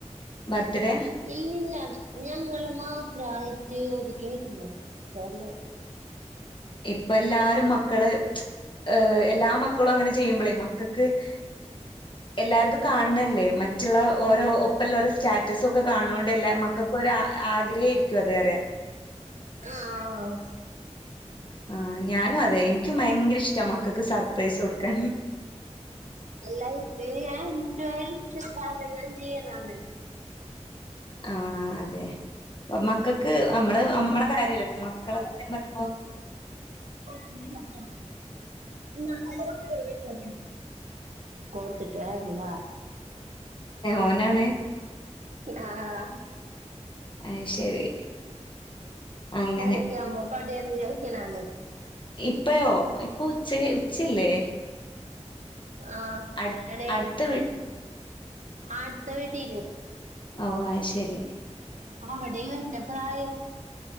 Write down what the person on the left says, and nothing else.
ബർത്ത്ഡേ
ഇപ്പ എല്ലാരും മക്കള് ഹ് എല്ലാ മക്കളും അങ്ങനെ ചെയ്യുമ്പോളേ മക്കൾക്ക് -- എല്ലാരുതും കാണണല്ലേ മറ്റുള്ള ഓരോ ഒ ഇപ്പല്ലാലു സ്റ്റാറ്റസ് ഒക്കെ കാണോണ്ട്ല്ല മക്കൾക്കൊരാ ആഗ്രഹ ആരിക്കും അത്റിയ
ആ ഞാനും അതെ എനിക്കും ഭയങ്കര ഇഷ്ട മക്കൾക്ക് സർപ്രൈസ് കൊടുക്കാന്
ആഹ് അതെ ഇപ് മക്കൾക്ക് നമ്മള് നമ്മളെ കാര്യല്ലല്ല മക്കളെ <inaudible>
ഓനാണ്
അയ് ശരി അങ്ങനെ
ഇപ്പയോ ഇപ്പൊ ഉച്ചയ് ഉച്ചയല്ലേ
അട്
അടുത്ത
വീ
ഓ അയ് ശെരി